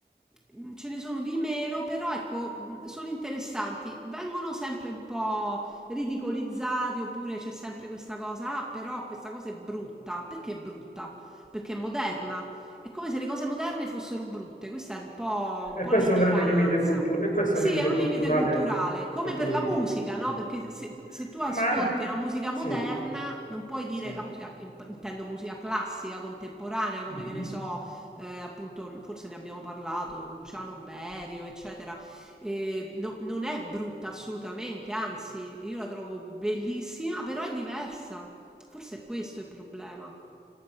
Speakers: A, in the centre; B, on the left (about 45°).
A: mh, ce ne sono di meno, però ecco, mh, sono interessanti. Vengono sempre un po' ridicolizzati, oppure c'è sempre questa cosa, ah, però questa cosa è brutta. Perché è brutta? Perché è moderna. È come se le cose moderne fossero brutte. Questa è un po',
B: E
A: un po'
B: questo
A: l'ignoranza.
B: è un grande limite culturale, e questo
A: Sì,
B: è un limite
A: è un
B: culturale
A: limite culturale, come
B: che poi...
A: per la Mm. musica,
B: sì.
A: no? Perché se, se tu ascolti
B: Ma an
A: la musica
B: sì,
A: moderna, non puoi dire
B: sì.
A: la musica, in- intendo musica classica, contemporanea, come
B: Mh-mh.
A: che ne so, eh, appunto, forse ne abbiamo parlato, Luciano Berio, eccetera. Eh, no- non è brutta assolutamente, anzi, io la trovo bellissima, però è diversa. Forse è questo il problema.